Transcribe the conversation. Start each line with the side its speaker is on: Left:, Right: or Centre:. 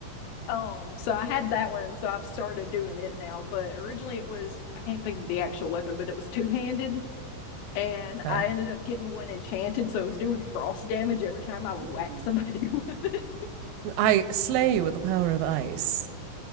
Left: Um, so I had that one, so I've started doing it now. But originally it was, I can't think of the actual weapon, but it was two-handed. And
Right: Okay.
Left: I ended up getting one enchanted, so it was doing frost damage every time I would
Right: Ooh.
Left: whack somebody <laughs> with it.
Right: I slay you with the power of ice.